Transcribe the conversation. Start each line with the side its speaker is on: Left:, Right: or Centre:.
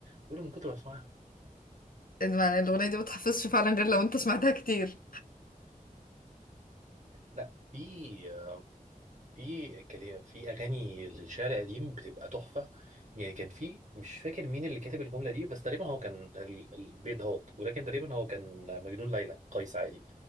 Right: بقول له من كتر ما بسمعها
Left: إن ما- الاغنيه دي ما تحفظش فعلا غير لو انت سمعتها كتير
Right: لا في في كلا- في اغاني للشعر القديم بتبقى تحفه يعني كان في مش فاكر مين اللي كاتب الجمله دي بس تقريبا هو كان ال- البيت دهوت ولكن تقريبا هو كان مجنون ليلى قيس عادي